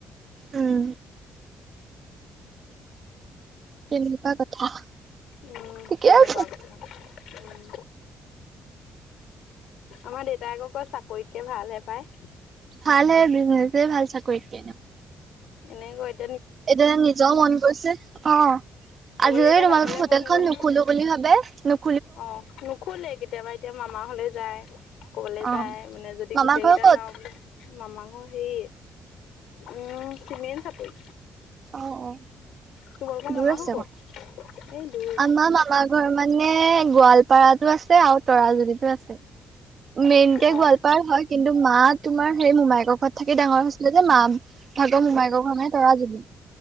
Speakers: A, on the right; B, on the left.
A: উম তেনেকুৱা কথা
B: উম
A: ঠিকে
B: তেনেকুৱা
A: আছে
B: কথা উম আমাৰ দেউতাই আকৌ কয় চাকৰিতকে ভালহে পায়
A: ভাল হে বিজনেজে ভাল চাকৰিত কে এনেও
B: এনে কৈত
A: এতিয়া নিজৰও মন গৈছে অ
B: ক'বালে
A: আজি
B: এতিয়া
A: এই তোমালোকৰ
B: যাবলে
A: হোটেল
B: মন গ'ল
A: নুখোলো
B: ন
A: বুলি ভাবে নু
B: অ নুখোলেই কেতিয়াবা এতিয়া মামা ঘ'লে যায় ক'বালে
A: অ
B: যায় মানে যদি
A: মামা
B: গোটেই
A: ঘৰ
B: গেটা
A: ক'ত
B: যাওঁ বোলে মামা ঘৰ হেৰি উম চিমেন চাপৰি
A: অ অ
B: তোমালোকৰ
A: দূৰ
B: মামা
A: আছে
B: ঘৰ ক'ত
A: অকণ
B: এই দূৰ
A: আমাৰ মামা ঘৰ মানে গোৱালপাৰাতো আছে আৰু তৰাজলীতো আছে মেইনকে
B: অ
A: গোৱালপাৰাৰ হয় কিন্তু মা তোমাৰ সেই মোমায়েকৰ ঘৰত থাকি ডাঙৰ হৈছিলে যে, মা ভাগৰ মোমায়েকৰ ঘৰ মানে তৰাজুলি।